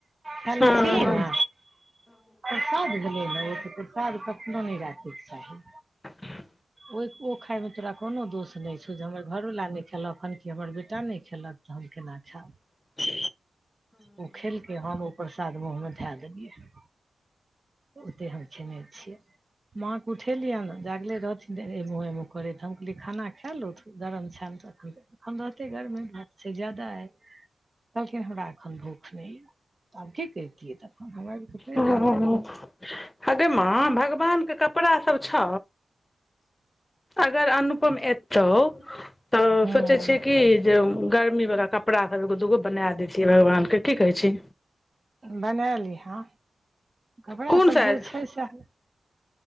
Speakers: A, on the right; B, on the left.
A: कनी
B: हँ
A: छीही ने प्रसाद भेलै ने ओ तऽ प्रसाद कतनो नहि राखयके चाही
B: ह
A: ओहि ओ खायमे तोरा कोनो दोष नहि छौ जे हमर घरवला नहि खेलक, एखन कि हमर बेटा नहि खेलक। नवी के नक्षा <unintelligible>
B: <inaudible>
A: ओ खेलकै, हम ओ प्रसाद मुँहमे धऽ देलियै। ओते हम खेनै छियै। माँके उठेलियै ने, जागले रहथिन। एना-एना करैत रहथिन हम कहलियै खाना खा लिअ गरम छै। हम रहतै डरते, भात छै ज्यादा आय। कहलखिन हमरा एखन भूख नहि यऽ, तऽ आब की करितियै? तखन हम आब कऽ पैर
B: ऊं
A: एलहुँ।
B: ऊं ऊं। हँगे माँ, भगवानके कपड़ा सब छो। अगर अनुपम एतौ तऽ
A: हूँ
B: सोचै छियै कि जे ग र्मी वला कपड़ा सभ एगो दूगो बना देतियै भगवान के की कहै छी?
A: बना लिहँ, कपड़ा
B: कोन साइज
A: जे छै सेएह।